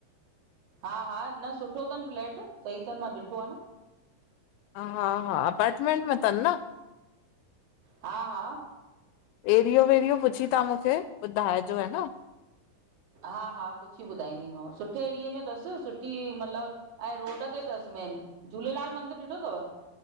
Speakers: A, on the right; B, on the left.
A: हा, हा न सुठो तन फ्लैट सही तन मां ॾिठो आ न।
B: हा, हा, हा अपार्टमेंट में तन न।
A: हा हा
B: एरिओ वेरिओ पुछी तहां मुखे ॿुधाइजो हा न।
A: हा, हा पुछी ॿुधाईंदीमांव सुठे एरिए में तस सुठी मतलब ऐं रोड ते तस मेन झूलेलाल मंदर ॾिठो तव।